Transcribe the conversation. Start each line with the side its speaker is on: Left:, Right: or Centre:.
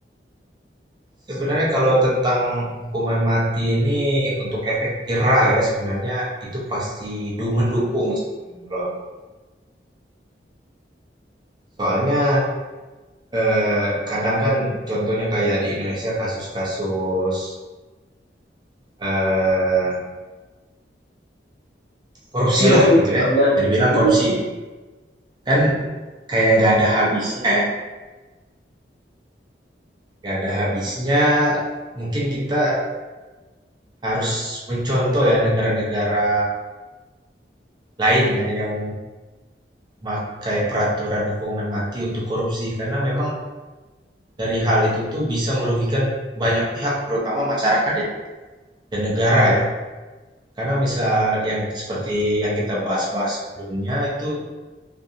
Right: sebenarnya kalau tentang hukuman mati ini untuk efek jera ya, sebenarnya itu pasti du mendukung sebenarnya kalau aku. Soalnya Eh, kadang kan contohnya kayak di Indonesia kasus-kasus eh, korupsi
Left: teroris,
Right: lah gitu
Left: Bang
Right: ya. Bisa
Left: ya?
Right: dibilang
Left: Jadi
Right: korupsi kan kayak nggak ada habisnya ya. Nggak ada habisnya. Mungkin kita harus mencontoh ya negara-negara lain ya yang pakai peraturan hukuman mati untuk korupsi karena memang dari hal itu tuh bisa merugikan banyak pihak terutama masyarakat ya dan negara ya. Karena misal yang seperti yang kita bahas-bahas sebelumnya itu